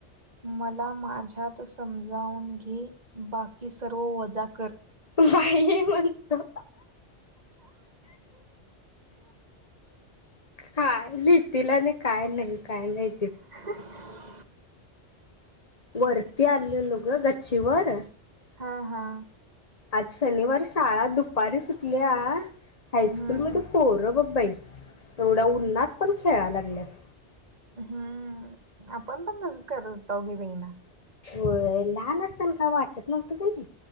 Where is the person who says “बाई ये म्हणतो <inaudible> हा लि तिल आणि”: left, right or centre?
Left